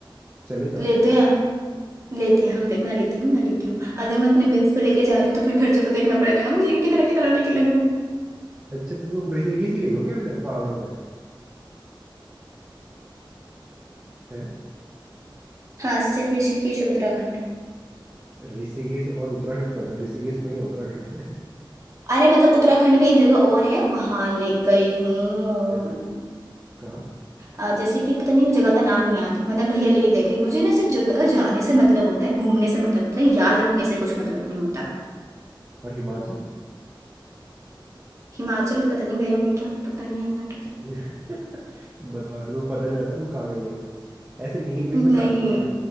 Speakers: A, on the right; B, on the right.
A: चले जाओ
B: लेते हैं लेते हैं हम ले, मैं लेती हूँ मैं लेती हूँ अगर मैं अपने बेस्ट पे लेके जा रही हूँ तो फिर खर्चा तो देखना पड़ेगा ना मुझे कि कितना कितना लेके लगूंगी
A: अच्छा तो तुम ऋषिकेश ही गई हो क्या अभी तक पहाड़ों में है
B: हाँ सिर्फ ऋषिकेश और उत्तराखंड
A: ऋषिकेश और उत्तराखंड क्या होता है ऋषिकेश में ही है उत्तराखंड है।
B: अरे मतलब उत्तराखंड में एक जगह और है वहां ले गई हूँ
A: <laughs> जैसे
B: मैं।
A: कहाँ
B: अ, जैसे कि पता नहीं वो जगह का नाम नहीं याद मतलब भैया लेके गए थे मुझे ना सिर्फ जगह जाने से मतलब होता है घूमने से मतलब होता है याद रखने से कुछ मतलब नहीं होता
A: और हिमाचल <laughs>
B: हिमाचल पता नहीं गए होंगे क्या पता नहीं यार
A: बताओ यार तुम्हें पता नहीं रहता तुम कहाँ गई हो ऐसे नींद वींद
B: नहीं
A: में जाती हो क्या